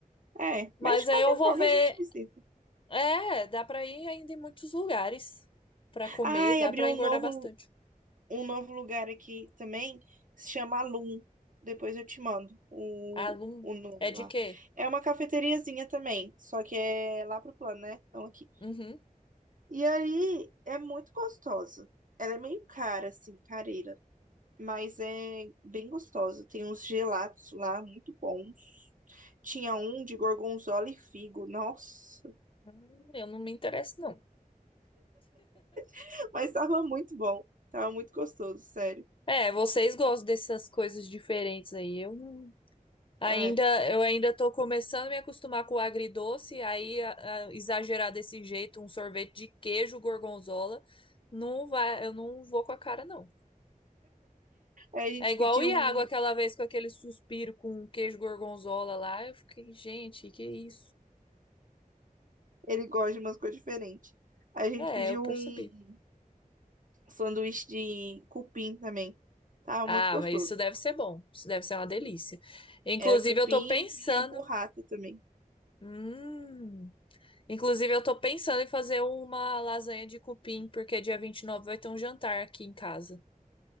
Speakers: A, on the right; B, on the left.
A: É,
B: Mas
A: mas de
B: aí
A: qualquer
B: eu vou
A: forma
B: ver.
A: a gente visita.
B: É, dá pra ir ainda em muitos lugares pra comer,
A: Ai,
B: dá
A: abriu
B: pra
A: um
B: engordar
A: novo,
B: bastante.
A: um novo lugar aqui também, que se chama Alum. Depois eu te mando o,
B: Alum,
A: o nome
B: é de
A: lá.
B: quê?
A: É uma cafeteriazinha também, só que é lá pro plano, né? Não aqui.
B: Uhum.
A: E aí é muito gostosa. Ela é meio cara, assim, careira. mas é bem gostosa. Tem uns gelatos lá muito bons. Tinha um de gorgonzola e figo, nossa,
B: Hum, Eu não me interesso, não.
A: <laughs> mas tava muito bom, tava muito gostoso, sério.
B: É, vocês gostam dessas coisas diferentes aí. Eu não- ainda,
A: É.
B: eu ainda tô começando a me acostumar com o agridoce, aí a- a exagerar desse jeito, um sorvete de queijo gorgonzola, não vai, eu não vou com a cara, não.
A: Aí a gente
B: É igual
A: pediu
B: o Iago
A: um,
B: aquela vez com aquele suspiro com queijo gorgonzola lá, eu fiquei, gente, que isso?
A: ele gosta de umas coisas diferentes. Aí a
B: É,
A: gente pediu
B: eu percebi.
A: um sanduíche de cupim também, tava
B: Ah,
A: muito gostoso.
B: mas isso deve ser bom, isso deve ser uma delícia. Inclusive,
A: Era cupim
B: eu tô pensando,
A: e vinha burrata também.
B: hum. Inclusive, eu tô pensando em fazer uma lasanha de cupim, porque dia 29 vai ter um jantar aqui em casa.